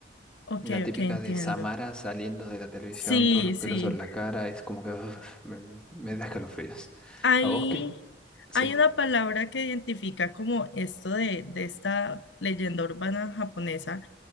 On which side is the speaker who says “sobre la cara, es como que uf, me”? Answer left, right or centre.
Centre